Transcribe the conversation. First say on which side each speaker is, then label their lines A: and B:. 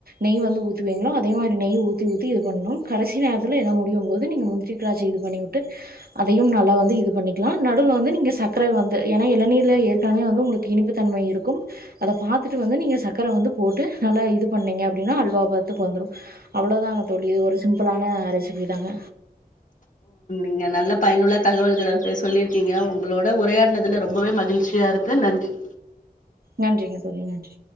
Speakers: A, on the right (about 70°); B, on the left (about 50°).
A: நெய் வந்து ஊத்திவீங்களோ அதே மாரி நெய் ஊத்தி ஊத்தி இது பண்ணும் கடைசி கடைசி நேரத்துல எல்லாம் முடியும் போது நீங்க முந்திரி திராட்சைய இது பண்ணி விட்டு அதையும் நல்லா வந்து இது பண்ணிக்கலாம் நடுவுல வந்து நீங்க சர்க்கர வந்து ஏன்னா இளநீர்ல ஏற்கனவே வந்து உங்களுக்கு இனிப்பு தன்மை இருக்கும் அதை பார்த்துட்டு வந்து நீங்க சர்க்கர வந்து போட்டு நல்லா இது பண்ணீங்க அப்படினா அல்வா பதத்துக்கு வந்துடும் அவ்வளங்கதா தோழி சிம்பளான ரெசிபி தாங்க
B: நீ நல்ல பயனுள்ள தகவல்கள சொல்லிருக்கீங்க உங்களோட உரையாடினதுல ரொம்பவே மகிழ்ச்சியா இருக்கு நன்றி
A: நன்றிங்க தோழி நன்றி